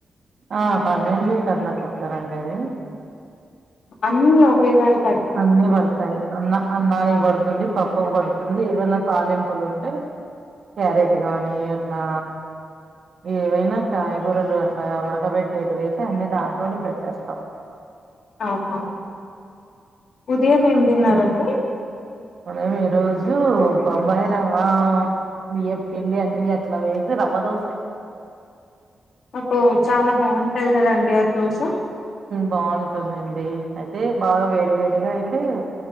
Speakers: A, on the right; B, on the left.
A: ఆ పన్నెలీటర్ర, కుక్కారండి, అది.
B: అన్నీ ఒకే సారీ.
A: అన్ని పడాయి అన్నానికి బడుతుంది పప్పకు బడుతుంది ది ఈవెన్ కాలింపులు ఉంటే క్యారెట్ గానీ అట్లా ఏవైనా కాయగూరలు అట్లా ఉడకబెట్టేటువేతే అన్ని దాంట్లోనే పెట్టేస్తాం
B: ఆహా ఉదయం ఏం తిన్నారండి
A: అ మీ ఈ రోజు బొంబాయి రవ్వ బియ్య పిండి అన్ని అట్లా వేసి రవ్వదోసాయి
B: అబ్బో చాలా బాగుంటది కదండి ఆది దోస
A: బాగుంటుందండి అయితే బాగా వేడి వేడిగా అయితే